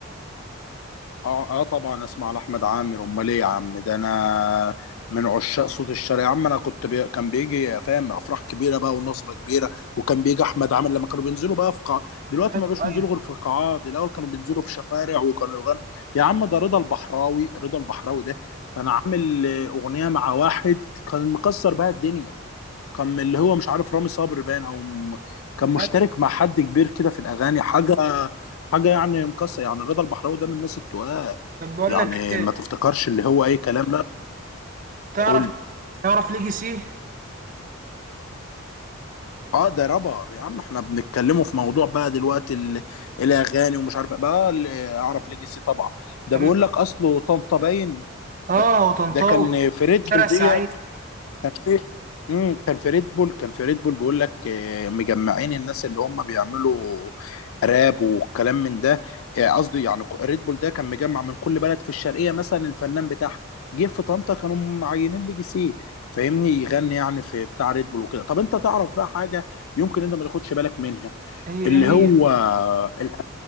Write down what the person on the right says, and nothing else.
ايوه
ايوه
أيوة.
طب بقول
لك ايه
تعرف
تعرف ليجاسي
تم
اه
وطنطاوي
شارع
السعيد
هي ايه
هي